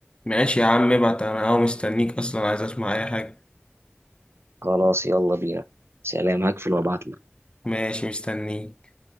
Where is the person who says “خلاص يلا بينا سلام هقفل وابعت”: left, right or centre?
Right